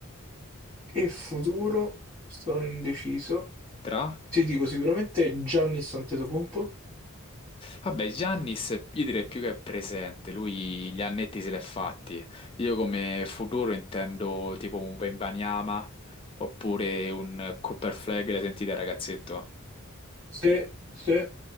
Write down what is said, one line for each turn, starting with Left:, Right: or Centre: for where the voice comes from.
Right: e futuro sono indeciso.
Left: tra...
Right: Ti dico sicuramente Giannis Antetokounmpo.
Left: Vabbè, Giannis io direi più che è presente, lui gli annetti se l'è fatti. Io come futuro intendo tipo un Wembanyama oppure un Cooper Flag, l'hai sentita ragazzetto?
Right: Se, se,